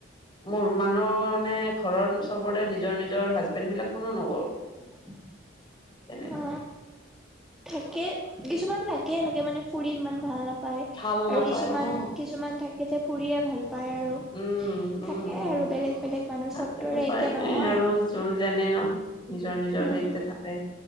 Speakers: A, on the left (about 25°); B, in the centre.
A: মোৰ মানুহ মানে, ঘৰৰ চবৰে নিজৰ নিজৰ হাজবেণ্ড বিলাক কোনো নগ'ল।
B: <inaudible>
A: তেনে
B: অ থাকে, কিছুমান থাকে সেনেকে মানে ফুৰি ইমান ভাল নাপায়,
A: ভাল
B: আৰু
A: নাপায়
B: কিছুমান
A: অ
B: কিছুমান থাকে যে ফুৰিয়ে ভাল পায় আৰু
A: উম উম
B: থাকে
A: উম
B: আৰু বেলেগ বেলেগ মানুহ
A: তাতে
B: চবটো আৰু
A: উপায়
B: একে নহয়।
A: নাই আৰু যোন যেনে ন' নিজৰ নিজৰ
B: উম
A: হেৰিতে থাকে।